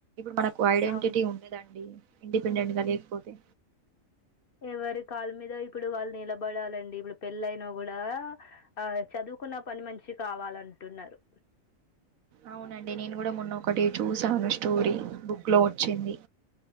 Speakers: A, on the right; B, on the left.
A: మనకు ఐడెంటిటీ
B: అవును.
A: ఉండదండి ఇండిపెండెంట్ గా లేకపోతే,
B: ఎవరి కాళ్ళ మీద ఇప్పుడు వాళ్ళు నిలబడాలండి, ఇప్పుడు పెళ్ళైనా కూడా ఆ చదువుకున్న పని మంచి కావాలంటున్నారు.
A: అవునండి నేను కూడా మొన్న ఒకటి చూసాను స్టోరీ బుక్ లో వచ్చింది.